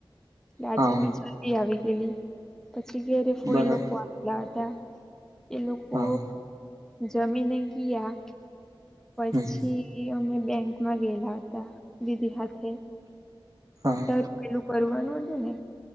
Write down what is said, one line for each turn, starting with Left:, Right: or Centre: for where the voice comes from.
Centre: એટલે આજે
Right: હા
Centre: મેં જલ્દી આવી ગયેલી પછી ઘેરે ફોઈ
Right: બરાબર
Centre: લોકો આવેલા હતા. એ લોકો
Right: હા
Centre: જમીને ગયા
Right: હમ
Centre: પછી અમે બેંકમાં ગયેલા હતા દીદી હાથે.
Right: હા.
Centre: પર પેલું કરવાનું હતું ને